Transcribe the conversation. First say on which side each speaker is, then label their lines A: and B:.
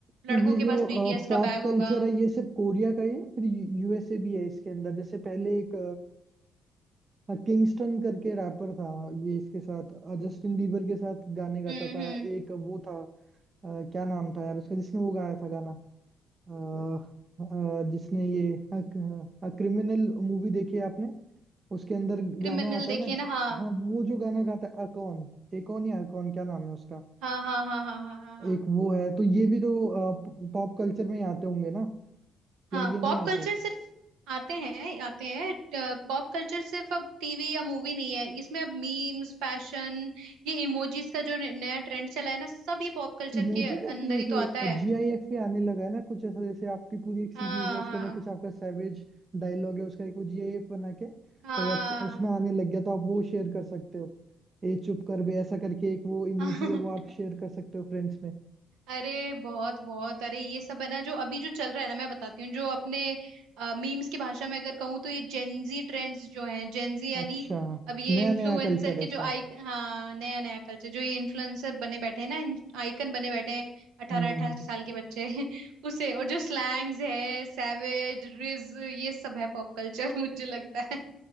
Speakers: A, on the right; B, on the right.
A: लड़कों
B: तो ये
A: के
B: जो
A: पास बीटीएस का
B: पॉप
A: बैग
B: कल्चर
A: होगा
B: है ये सिर्फ कोरिया का ही है फिर यूएसए भी है इसके अंदर जैसे पहले एक किंगस्टन करके रैपर था ये इसके साथ जस्टिन बीबर के साथ गाने गाता
A: हम्म
B: था
A: हम्म
B: एक वो था अ, क्या नाम था यार उसका जिसने वो गाया था गाना अ, अ, जिसने ये क्रिमिनल मूवी देखी है आपने उसके अंदर
A: क्रिमिनल
B: गाना आता
A: देखिए
B: है ना
A: ना हाँ
B: हाँ वो जो गाना गाता है अकॉन एकॉन या अकॉन क्या नाम है उसका
A: हाँ हाँ हाँ हाँ हाँ हाँ हाँ
B: एक वो है तो ये भी तो पॉप कल्चर में ही आते होंगे ना
A: हाँ
B: या ये नहीं
A: पॉप
B: आते
A: कल्चर सिर्फ आते हैं आते हैं पॉप कल्चर सिर्फ अब टीवी या मूवी नहीं है इसमें अब मीम्स फैशन ये इमोजीज का जो न- नया ट्रेंड चला है ना सब ये पॉप कल्चर
B: इमोजी
A: के
B: या
A: अंदर
B: फिर
A: ही
B: एक
A: तो आता है
B: जीआईएफ भी आने लगा है ना कुछ ऐसा जैसे आपकी पूरी एक सीरीज
A: हाँ
B: है उसके अंदर कुछ आपका सैवेज डायलॉग है उसका एक वो जीआईएफ बना के
A: हाँ
B: और उसमें आने लग गया तो आप वो शेयर कर सकते हो ए चुप कर बे ऐसा करके एक वो इमोजी
A: हाँ
B: है वो आप
A: <laughs>
B: शेयर कर सकते हो फ्रेंड्स में
A: अरे बहुत बहुत अरे ये सब है ना जो अभी जो चल रहा है ना मैं बताती हूँ जो अपने मीम्स की भाषा में अगर कहूँ तो ये जेनजी ट्रेंड्स जो हैं जेनजी यानी
B: अच्छा
A: अब ये
B: नया
A: इन्फ्लुएंसर
B: नया कल्चर
A: के
B: ऐसा
A: जो आई हाँ नया नया कल्चर जो ये इन्फ्लुएंसर बने बैठे हैं ना आइकन बने बैठे हैं अठारह
B: हम्म हम्म,
A: अठारह
B: हम्म।
A: साल के बच्चे <laughs> उसे और जो स्लैंग्स है सैवेज रिज ये सब है पॉप कल्चर <laughs> मुझे लगता है